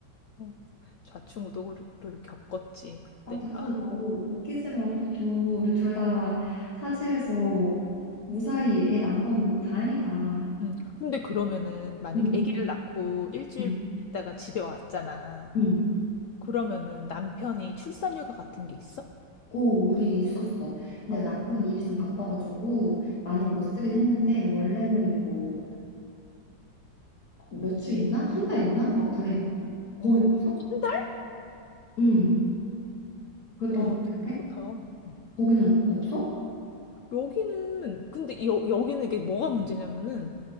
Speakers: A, on the left; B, on the left.
A: 음, 좌충우돌을 겪었지, 그때.
B: 아, 근데
A: 아,
B: 좀 너무 웃기지만 그래도 우리 둘 다 타지에서 무사히 애 난 건 너무 다행이다.
A: 음. 근데 그러면은 만약에
B: 응,
A: 아기를 낳고 일주일
B: 응,
A: 있다가 집에 왔잖아.
B: 응.
A: 그러면은 남편이 출산휴가 같은 게 있어?
B: 오, 우리 있었어. 근데
A: 어,
B: 남편이 일이 좀 바빠가지고 많이
A: 응,
B: 못
A: 응.
B: 쓰긴 했는데 원래는 뭐 몇 주 있나? 한 달 있나? 막 그래.
A: 어,
B: 거기 없어?
A: 한 달?
B: 응, 그랬던
A: 와,
B: 것 같은데?
A: 좋다. 응.
B: 거기는 없어?
A: 여기는, 근데 여, 여기는 이게 뭐가 문제냐면은